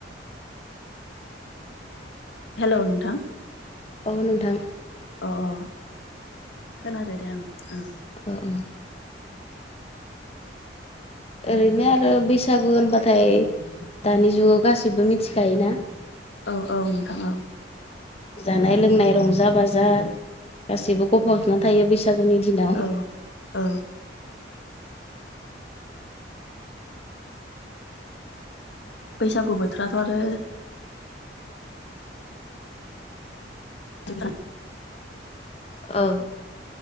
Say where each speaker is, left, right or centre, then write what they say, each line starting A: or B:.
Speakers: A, on the left; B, on the left.
A: हेलौ नोंथां
B: औ नोंथां
A: अ अ खोनादो दे ओं ओं
B: अ औ ओरैनो आरो बैसागु होनबाथाय दानि जुगाव गासिबो मिथिखाय ना
A: औ औ नोंथां औ
B: जानाय लोंनाय रंजा बाजा गासिबो गफब जोबनानै थायो। बैस सागुनि दिनाव
A: औ औ बैसागु बोथोराथ' आरो आबै
B: औ